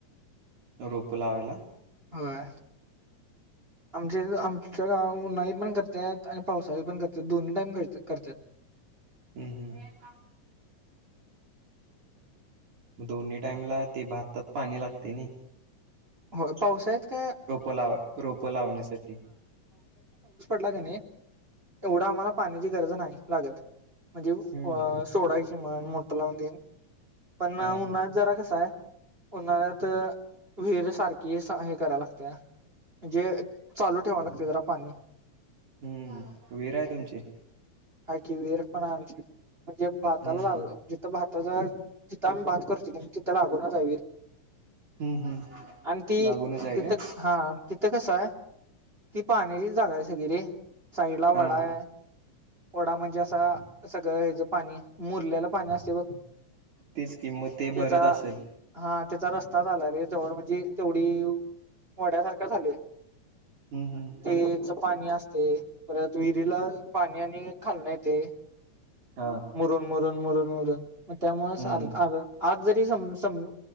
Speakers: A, on the right (about 75°); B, on the right (about 20°).
A: रोप लावायला?
B: होय आमचे आमच्या गाव उन्हाळी पण करतात. आणि पावसाळी पण करत दोन्ही टाईम करत करतात.
A: हम्म हम्म. दोन्ही टाईमला ते भातात पाणी लागतय नाय
B: होय पाऊसाळ्यात
A: लाव रोप लावण्यासाठी
B: <inaudible> एवढं आम्हाला पाण्याची गरज नाही लागत. म्हणजे ऊ
A: हम्म
B: सोडायची मग मोठ लावून दे. पण
A: हा
B: उन्हाळ्यात जरा कस आहे. उन्हाळ्यात विहीर सारखी सा हे करायला लागत्या. म्हणजे चालू ठेवा लागतय जरा पाणी.
A: हम्म! विहीर हाय तुमची?
B: हाय की विहीर पण हाय आमची. म्हणजे भाताला
A: हम्म हम्म
B: ला जिथं भात तिथं आम्ही भात करूतोय कनी तिथं लागूनच हाय विहीर.
A: हम्म हम्म
B: आणि ती
A: लागूनच आहे
B: तिथं
A: काय
B: हा. तिथं कसंय ती पाण्याचीच जागा हाय सगळी रे. साईड ला
A: हा
B: वडाय. वडा म्हणजे असा सगळं हेज पाणी मुरलेलं पाणी असतय बघ
A: तेच कि मग ते
B: त्यचा
A: भरत असेल
B: हा त्याचा रस् अज आलाय रे. तेवढ म्हणजे तेवढी वड्या सारखा झालोय.
A: हम्म हम्म
B: तेच पाणी असतय, परत विहिरीला पाणी आणि खालण येतय
A: हा
B: मुरून मुरून मुरून <inaudible> मग त्यामुळच
A: हम्म
B: आज जरी ते सम सम